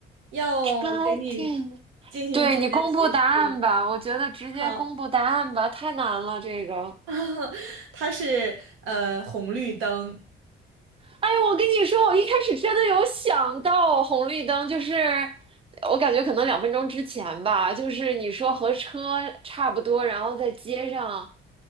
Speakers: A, on the right; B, on the right.
A: 要我给你
B: 插电。
A: 进行直接提示吗？
B: 对你公布答案吧，我觉得直接公布答案吧，
A: 好，
B: 太难了这个。
A: <laughs> 它是呃红绿灯，
B: 哎，我跟你说，我一开始真的有想到红绿灯，就是我感觉可能两分钟之前吧，就是你说和车差不多，然后在街上，